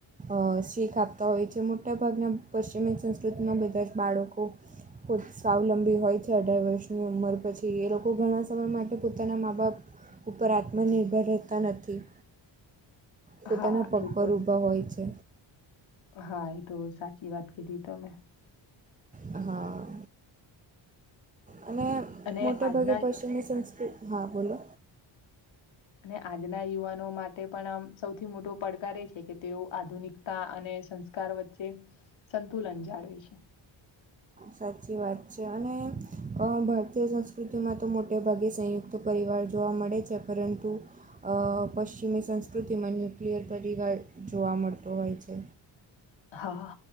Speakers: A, on the right (about 15°); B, on the left (about 70°).
A: અ શીખ આપતા હોય છે મોટાભાગના પશ્ચિમી સંસ્કૃતિમાં બધા જ બાળકો પો સ્વાવલંબી હોય છે અઢાર વર્ષની ઉંમર પછી એ લોકો ઘણા સમય માટે પોતાના મા બાપ ઉપર આત્મનિર્ભર રહેતા નથી પોતાના
B: હા
A: પગ
B: એ
A: પર
B: તો
A: ભા હોય છે
B: હા એ તો સાચી વાત કીધી તમે
A: હા અને
B: અને
A: મોટે
B: આજના
A: ભાગે પશ્ચિમની સંસ્કૃતિ હા બોલો
B: અને આજના યુવાનો માટે પણ આમ સૌથી મોટો પડકાર એ છે કે તેઓ આધુનિક અને સંસ્કાર વચ્ચે સંતુલન જાળવે છે
A: સાચી વાત છે અને ભારતીય સંસ્કૃતિમાં તો મોટે ભાગે સંયુક્ત તો પરિવાર જોવા મળે છે પરંતુ પશ્ચિમી સંસ્કૃતિમાં ન્યુક્લિયર પરિવાર જોવા મળતો હોય છે
B: હા